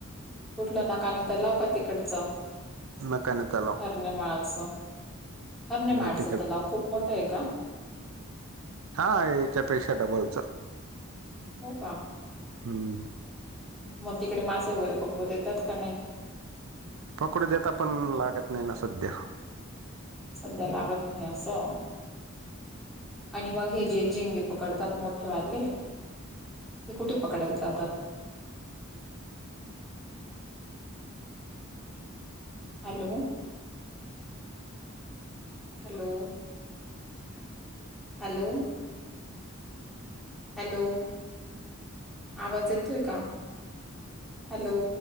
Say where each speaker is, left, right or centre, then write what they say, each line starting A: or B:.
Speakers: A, in the centre; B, on the right.
A: कुठलं नाका आणि तर लाव का तिकडचं
B: नकाने तलाव
A: हरणेमाळाच हरणेमाळच
B: नाही तिकडे
A: तलाव खूप मोठं आहे का
B: हा याच्यापेक्षा डबलच
A: हो का
B: हम्म
A: मग तिकडे मासे वगैरे पकडू देतात का नाही
B: पकोड देता पण लागत नाही ना सध्या
A: सध्या लागत नाही असं आणि मग हे जे झिंगे पकडतात मोठे वाटले ते कुठे पकडायला जातात हॅलो हॅलो हॅलो हॅलो आवाज येतोय का हॅलो